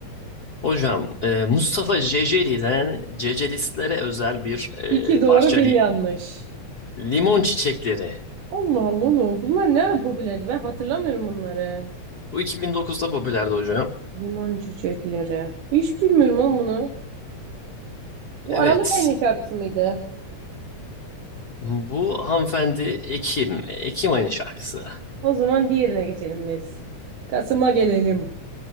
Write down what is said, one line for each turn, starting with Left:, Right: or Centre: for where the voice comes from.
Left: Hocam e, Mustafa Ceceli'den Cecelistlere özel bir e,
Right: İki
Left: parça
Right: doğru bir
Left: li-
Right: yanlış.
Left: Limon Çiçekleri.
Right: Allah Allah oğlum. Bunlar ne ara popülerdi? Ben hatırlamıyorum bunları.
Left: Bu 2009'da popülerdi hocam.
Right: Limon çiçekleri. Hiç bilmiyorum oğlum bunu. Bu
Left: Evet
Right: Aralık ayının şarkısı mıydı?
Left: Bu hanımefendi Ekim. Ekim ayının şarkısı.
Right: O zaman diğerine geçelim biz. Kasım'a gelelim.